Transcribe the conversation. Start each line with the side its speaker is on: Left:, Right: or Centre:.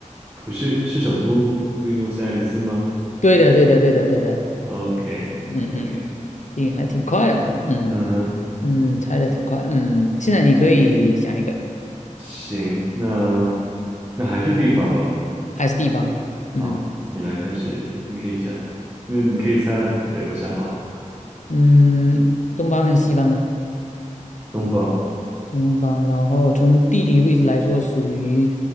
Right: 不是，是首都布宜诺斯艾利斯吗
Left: 对的，对的，对的，对的，
Right: ？OK
Left: 嗯嗯，
Right: OK，
Left: 挺还挺快的嘛，嗯
Right: 嗯哼，
Left: 嗯，猜的挺快，嗯，现在你可以想一个，
Right: 行，那那还是地方吧。
Left: 还是地方，嗯
Right: 好，你来开始，你可以想，那你可以猜了。对，我想好了，
Left: 嗯，东方还是西方的？
Right: 东方。
Left: 东方，然后从地理位置来说，属于，